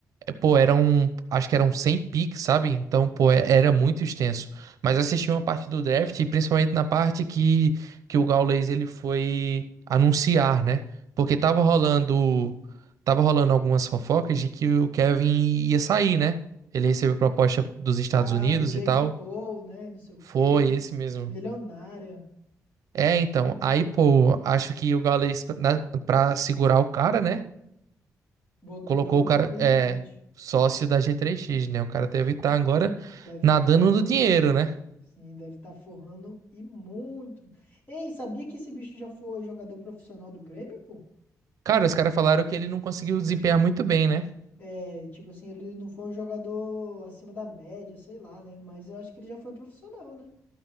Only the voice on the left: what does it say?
Ah,
do Jake
Paul, né? Não sei o
quê.
Milionária.
Botou
ele logo
de
presidente.
Deve
estar forrando,
mano.
Sim, deve estar forrando e muito. Ei, sabia que esse bicho já foi jogador profissional do Grêmio, pô?
É, tipo assim, ele não foi um jogador acima da média, sei lá, né? Mas eu acho que ele já foi profissional, né?